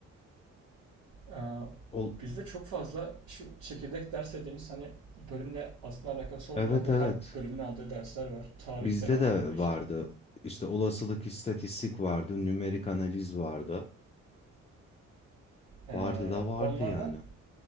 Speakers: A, on the right; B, on the left.
A: Aa,
B: Ol
A: bizde çok fazla şu çekirdek ders dediğimiz hani bölümle aslında alakası olmayan
B: evet
A: ve
B: evet.
A: her bölümün aldığı dersler var. Tarih
B: Bizde
A: de var
B: de
A: bunda işte.
B: vardı. İşte olasılık, istatistik vardı, nümerik analiz vardı.
A: Ee,
B: Vardı da vardı
A: onlardan
B: yani.